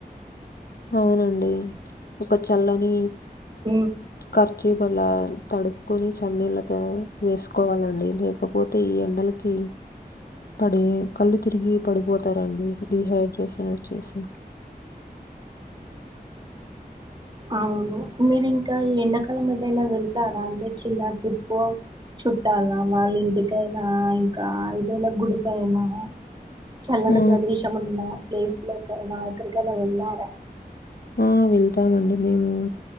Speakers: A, on the left; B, on the right.
A: అవునండి ఒక చల్లని
B: ఉమ్,
A: కర్ చీప్ అలా తడుపుకొని చన్నీళ్ళతో వేస్కోవాలండి లేకపోతే ఈ ఎండలకి పడే కళ్ళు తిరిగి పడిపోతారండి డిహైడ్రేషన్ వచ్చేసి
B: అవును మీరింకా ఈ ఎండాకాలం ఎటైనా వెళ్తారా అంటే చిన్న ట్రిప్ ఓ చుట్టాల వాళ్ళింటికైనా, ఇంకా ఏదైనా గుడికైనా చల్లని
A: ఆ
B: ప్రదేశమున్న ప్లేస్లోకైనా ఎక్కడికైనా వెళ్ళారా?
A: ఆ వెళ్తామండి మేము.